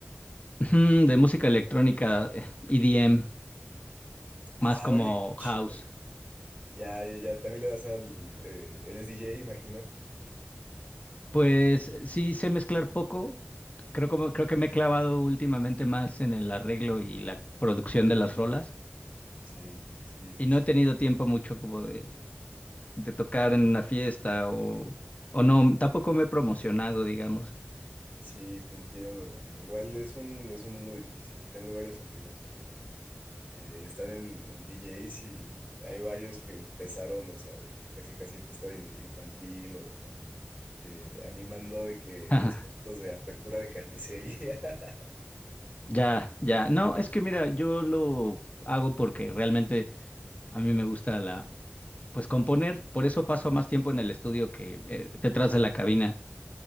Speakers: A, on the left; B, on the right.
A: <laughs> Ujú, De música electrónica, eh, EDM,
B: Ah,
A: más como
B: oye, qué chido.
A: house.
B: Ya, ya, ya. También le das al. eh, eres DJ, imagino.
A: Pues sí sé mezclar poco. Creo como, creo que me he clavado últimamente más en el arreglo y la producción de las rolas.
B: Sí, sí, sí,
A: Y no
B: sí.
A: he tenido tiempo mucho como de, de tocar en una fiesta o, o no, tampoco me he promocionado, digamos.
B: Sí, te entiendo, hermano. Igual es un, es un mundo difícil. Tengo varios amigos que eh, están en, en DJs y hay varios que empezaron, o sea, de que casi casi en fiesta infantil o eh, animando de que
A: <laughs>
B: los eventos de apertura de carnicería. <laughs>
A: Ya, ya. No, es que mira, yo lo hago porque realmente a mí me gusta la, pues componer. Por eso paso más tiempo en el estudio que eh, detrás de la cabina.